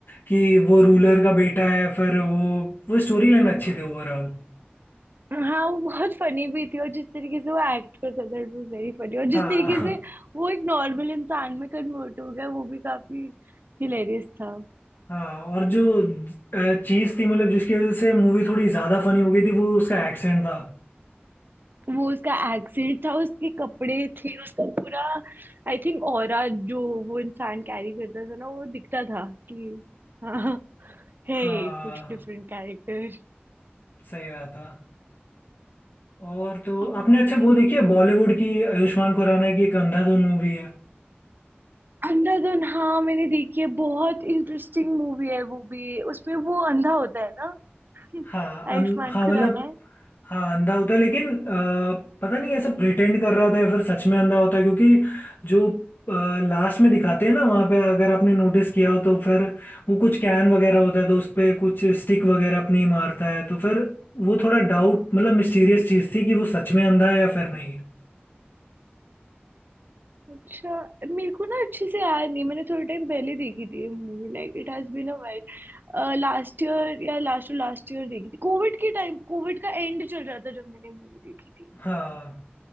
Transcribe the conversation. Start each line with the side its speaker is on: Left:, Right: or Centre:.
Left: कि वो रूलर का बेटा है फिर वो वो स्टोरी लाइन अच्छी थी ओवरऑल
Right: हाँ वो बहुत फनी भी थी और जिस तरीके से वो एक्ट करता था इट वाज वेरी फनी और जिस
Left: हाँ
Right: तरीके से वो एक नॉर्मल इंसान में कन्वर्ट हो गया वो भी काफी हिलेरियस था
Left: हाँ और जो चीज थी मतलब जिसकी वजह से मूवी थोड़ी ज्यादा फनी हो गई थी वो उसका एक्सेंट था
Right: वो उसका एक्सेंट था उसके कपड़े थे उसका पूरा आई थिंक ऑरा जो वो इंसान कैरी करता था ना वो दिखता था कि हाँ है
Left: हाँ
Right: ये कुछ डिफरेंट कैरेक्टर
Left: सही बात था और तो
Right: और
Left: आपने अच्छा वो देखी है बॉलीवुड की आयुष्मान खुराना की एक अंधाधुन मूवी है
Right: अंधाधुन हाँ मैंने देखी है बहुत इंटरेस्टिंग मूवी है वो भी उसमें वो अंधा होता है ना <laughs>
Left: हाँ अन,
Right: आयुष्मान
Left: हाँ
Right: खुराना
Left: मतलब हाँ अंधा होता है लेकिन अ, पता नहीं ऐसा प्रिटेंड कर रहा था या फिर सच में अंधा होता है क्योंकि जो लास्ट में दिखाते हैं ना वहाँ पे अगर आपने नोटिस किया हो तो फिर वो कुछ कैन वगैरह होता है तो उस पे कुछ स्टिक वगैरह अपनी मारता है तो फिर वो थोड़ा डाउट मतलब मिस्टीरियस चीज़ थी कि वो सच में अंधा है या फिर नहीं
Right: अच्छा मेरे को ना अच्छे से याद नहीं मैंने थोड़े टाइम पहले देखी थी movie like it has been a while last year या लास्ट लास्ट ईयर देखी थी कोविड के टाइम कोविड का एंड चल रहा था जब मैंने मूवी देखी थी
Left: हाँ